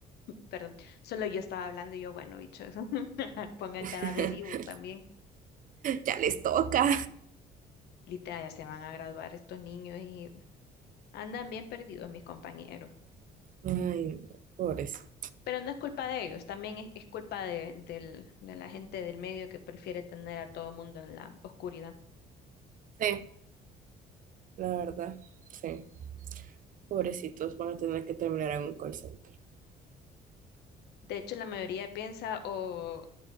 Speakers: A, on the left; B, on the right.
A: Perdón, solo yo estaba hablando y yo, bueno, bichos, <laughs> pongan
B: <laughs>
A: cara de vivos también.
B: Ya les toca.
A: Literal, ya se van a graduar estos niños y andan bien perdidos mis compañeros.
B: Ay, no, pobrecitos.
A: Pero no es culpa de ellos, también es, es culpa de, del- de la gente del medio que prefiere tener a todo mundo en la oscuridad.
B: Sí, la verdad, sí. Pobrecitos van a tener que terminar en un call center.
A: De hecho, la mayoría piensa o